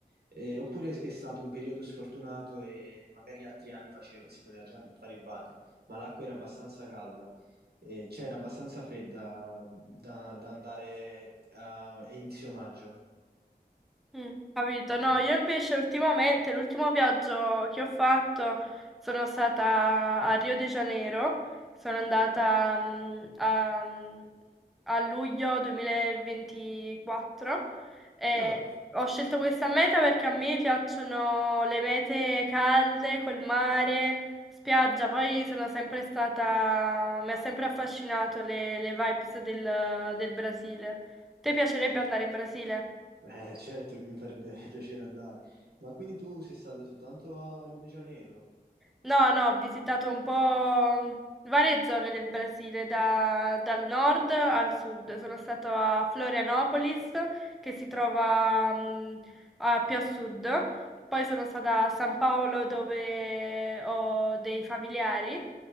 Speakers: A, on the right (about 80°); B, in the centre.
A: Eh, oppure è stato un periodo sfortunato e magari altri anni facevo- si poteva già fare il bagno, ma l'acqua era abbastanza calda, eh, cioè era abbastanza fredda da, da andare a inizio maggio.
B: Mm, capito? No,
A: Mm.
B: io invece ultimamente, l'ultimo viaggio che ho fatto sono stata a Rio de Janeiro, sono andata mm, a, mm, a luglio 2024 e
A: No.
B: ho scelto questa meta perché a me piacciono le mete calde, col mare, spiaggia, poi sono sempre stata, mi ha sempre affascinato le, le vibes del, del Brasile. Ti piacerebbe andare in Brasile?
A: Eh, certo che mi farebbe <laughs> piacere andare. Ma quindi tu sei stato soltanto a Rio de Janeiro?
B: No, no, ho visitato un po' varie zone del Brasile, da- dal nord al sud. Sono stato a Florianopolis, che si trova mh, a- più a sud. Poi sono stata a San Paolo, dove ho dei familiari,